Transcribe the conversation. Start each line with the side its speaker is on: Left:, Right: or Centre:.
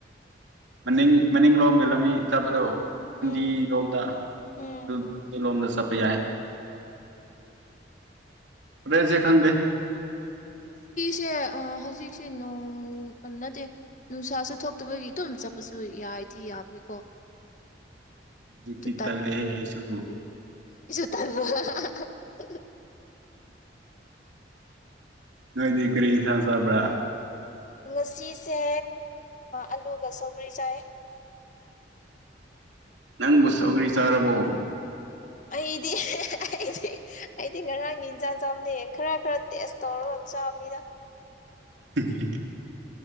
Right: ꯃꯅꯤꯡ ꯃꯅꯤꯡ ꯂꯣꯝꯒꯤ ꯂꯝꯕꯤ ꯆꯠꯄꯗꯣ ꯈꯨꯟꯗꯤꯔꯣꯝꯗ
Left: ꯎꯝ ꯎꯝ
Right: ꯑꯗꯨ ꯑꯗꯨ ꯂꯣꯝꯗ ꯆꯠꯄ ꯌꯥꯏ ꯔꯦꯁꯦ ꯈꯪꯗꯦ
Left: ꯁꯦ ꯍꯧꯖꯤꯛꯁꯦ ꯅꯣꯡ ꯅꯠꯇꯦ ꯅꯨꯡꯁꯥꯁꯨ ꯊꯣꯛꯇꯕꯒꯤ ꯑꯗꯨꯝ ꯆꯠꯄꯁꯨ ꯌꯥꯏꯗꯤ ꯌꯥꯕꯅꯤꯀꯣ
Right: ꯍꯧꯖꯤꯛꯇꯤ
Left: ꯑꯗꯨ
Right: ꯇꯂꯦꯍꯦ ꯍꯥꯏꯁꯨ
Left: ꯊ
Right: ꯅꯣꯏꯗꯤ ꯀꯔꯤꯁ ꯆꯕ
Left: ꯉꯁꯤꯁꯦ ꯑꯂꯨꯒ ꯁꯒ꯭ꯔꯤ ꯆꯥꯏ
Right: ꯅꯪꯕꯨ ꯁꯧꯒ꯭ꯔꯤ ꯆꯥꯔꯕꯣ
Left: ꯑꯩꯗꯤ ꯑꯩꯗꯤ ꯑꯩꯗꯤ ꯉꯔꯥꯡꯒꯤ ꯏꯟꯖꯥꯡꯖꯥꯎꯅꯦ ꯈꯔ ꯈꯔ ꯇꯦꯁ ꯇꯧꯔꯒ ꯆꯥꯕꯅꯤꯅ
Right: <unintelligible>